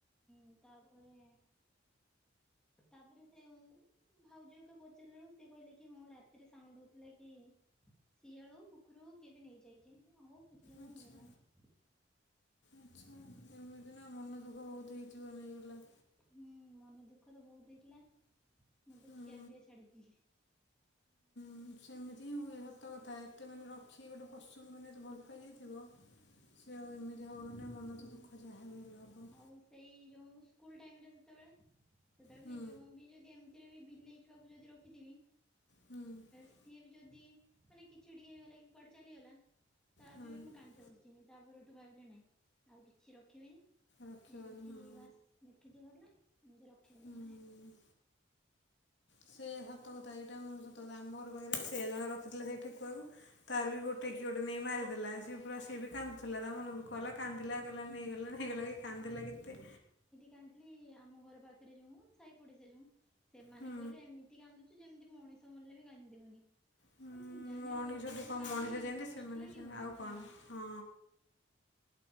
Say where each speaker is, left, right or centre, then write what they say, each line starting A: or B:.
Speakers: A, in the centre; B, on the left.
A: ଉଁ ତାପରେ ତାପରେ ସେଉଁ ଭାଉଜହକା ପଚାରିଲା ବଳୁ ସେ କହିଲେ କି ହଁ ରାତିରେ ସାଉଣ୍ଡ ହଉଥିଲା କି ସିଆଳ ହଉ କୁ କୁକୁର ହଉ କିଏବି ନେଇଯାଇଛି ଆଉ ଖୋଜିଲାଏଳକୁ
B: ଆଚ୍ଛା
A: ମିଳିଲାନି।
B: ଆଚ୍ଛା ଏମିତି ନା ମନ ଦୁଃଖ ବହୁତ ହେଇଥିବ ନେଇଗଲା।
A: ହୁଁ ମନେ ଦୁଃଖ ତ ବହୁତ ହେଇଥିଲା ମୁଁ ତ
B: ହୁଁ
A: ଖିଆ ପିଆ ଛାଡିଥିଲି।
B: ହୁଁ ସେମିତି ହିଁ ହୁଏ ସତ କଥା ଏତେ ମାନେ ରଖିକ ଗୋଟେ ପଶୁକୁ ମାନେ ଏତେ ଭଲ ପାଇଯାଇଥିବ ସେ ଆଉ ଏମିତି ହବ ନା ମନ
A: ହୁଁ।
B: ତ ଦୁଃଖ ଯାହାବି ହେଲେ ହବ।
A: ଆଉ ସେଇ ଯଉଁ ସ୍କୁଲ ଟାଇମରେ ଜେତେବେଳେ ଜେତେବେଳେ
B: ହୁଁ
A: ବି ଯଉଁ ବି ଯଦିଏମ ସେତେବେଳେ ବି ବିଲେଇ ଛୁଆକୁ ଯଦି ରଖିଥିବି
B: ହୁଁ
A: ସିଏ ବି ଯଦି ମାନେ କିଛି ଟିକେ ହେଇଗଲା କି କୁଆଡେ ଚାଲିଗଲା ତାପାଇଁବି
B: ହଁ
A: ମୁଁ କାନ୍ଦତେ ବସିମି ତାପରଠୁ ଭାବିଲି ନାଇଁ ଆଉ କିଛି ରଖିବିନି
B: ରଖିବନି
A: ଏମିତି
B: ହଁ
A: ବାସ୍ ଦେଖିଦି ଭଲ ଏମିତି ରଖିବିନି
B: ହୁଁ
A: ଘରେ।
B: ସେ ସତ କଥା ଏଇଟା ମୁଁ ସତ କ ଆମ ଘର କହିି ସେ ଜଣେ ରଖିଥିଲେ ସେଇଠେ କୁହବୁ ତାର ବି ଗୋଟେ କିଏ ଗୋଟେ ନେଇକି ମାରିଦେଲା ସିଏ ପୁରା ସିଏ ବି କାନ୍ଦୁଥିଲା ତା ମନଦୁଃଖ ଗଲା କାନ୍ଦିଲା କହିଲା
A: ହୁଁ
B: ନେଇଗଲାରେ ହେଇଗଲା କି କାନ୍ଦିଲା କେତେ।
A: କାନ୍ଦୀଲି ଆମ ଘର ପାଖରେ ଯୋଉଁ ମ ସାାଇ ପଡିଶା ଯଉଁ ସେମାନେ
B: ହୁଁ
A: କହିଲେ ଏମିତି କାନ୍ଦୁଚୁ ଯେମିତି ମଣିଷ ମଲେବି କାନ୍ଦିିବୁନି।
B: ହୁଁ
A: ହଁ ଯାହେନେ
B: ମଣିଷଟି
A: ବି ଭଲ ପାଇଥିଲୁ
B: କଣ
A: କାନ୍ଦ
B: ମଣିଷ
A: ଲାଗିବନି
B: ଯେମିତି
A: କଷ୍ଟ
B: ସେମାନେ
A: ଲାଗିବନି
B: ସେମିତି ଆଉ କଣ
A: ହଁ।
B: ହଁ